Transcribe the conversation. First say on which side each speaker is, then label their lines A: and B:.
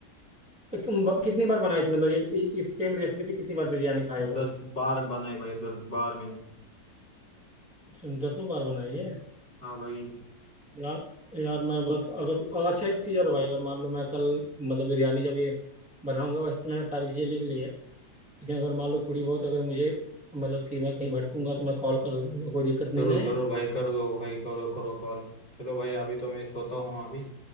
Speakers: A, in the centre; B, on the left.
A: तुम ब- कितनी बार बनाई थी मतलब ये इ- इस सेम रेसिपी से कितनी बार बिरयानी खाए हो
B: दस बार बनाई भाई दस बार मैंने
A: तुम दसों बार बनाई है
B: हाँ भाई
A: यार यार मैं बस अगर अगर- अच्छा एक चीज़ और है भाई अगर मान लो मैं कल मतलब बिरयानी जब ये बनाऊंगा वैसे तो मैंने सारी चीज़ें लिख ली है लेकिन अगर मान लो थोड़ी बहुत अगर मुझे मतलब कि मैं कहीं भटकूंगा तो मैं कॉल कर दूंगा कोई दिक्कत नहीं
B: जरूर
A: ना है
B: जरूर भाई कर दो भाई करो करो कॉल चलो भाई अभी तो मैं सोता हूँ अभी